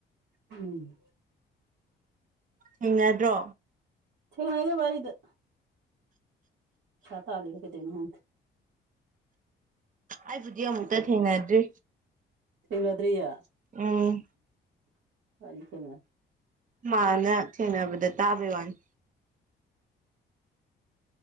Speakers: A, on the right; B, on the right.
A: ꯎꯝ
B: ꯊꯦꯡꯅꯗ꯭ꯔꯣ
A: ꯊꯦꯡꯅꯩꯗ ꯕꯥꯔꯤꯗ ꯄꯩꯁꯥ ꯇꯥꯂꯤꯔ ꯀꯩꯗꯣꯢꯅꯣ ꯈꯪꯗꯦ
B: ꯑꯩꯕꯨꯗꯤ ꯑꯃꯨꯛꯇ
A: ꯃꯁꯛꯇꯨ
B: ꯊꯦꯡꯅꯗ꯭ꯔꯤ
A: ꯊꯦꯡꯅꯗ꯭ꯔꯤꯌꯦ
B: ꯎꯝ
A: ꯑꯩꯗꯤ ꯊꯦꯡꯅꯔꯦ
B: ꯃꯥꯅ ꯊꯦꯡꯅꯕꯗ ꯇꯥꯕꯩ ꯋꯥꯅꯤ